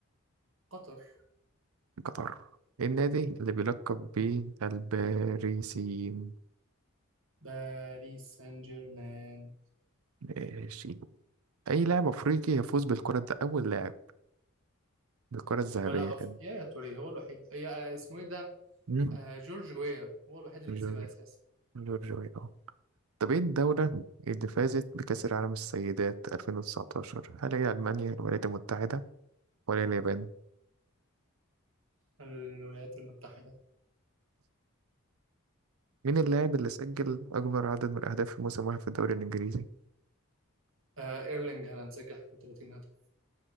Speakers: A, on the right (about 65°); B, on the right (about 80°).
A: قطر
B: قطر إيه النادي اللي بيلقب بالباريسيين
A: باريس سان جيرمان
B: ماشي أي لاعب أفريقي يفوز بالكرة ده أول لاعب بالكرة الذهبية
A: ولا
B: كده
A: افريقيا يا توريه هو الوحيد يا اسمه ايه ده
B: مم.
A: آه جورج ويا هو الوحيد اللي
B: جورج
A: كسبها اساسا
B: جورج وي اه طب ايه الدولة اللي فازت بكأس العالم السيدات 2019 هل هي ألمانيا الولايات المتحدة ولا اليابان؟
A: الولايات المتحده
B: مين اللاعب اللي سجل أكبر عدد من الأهداف في موسم واحد في الدوري الإنجليزي؟
A: آه ايرلينج هالاند سجل 31 هدف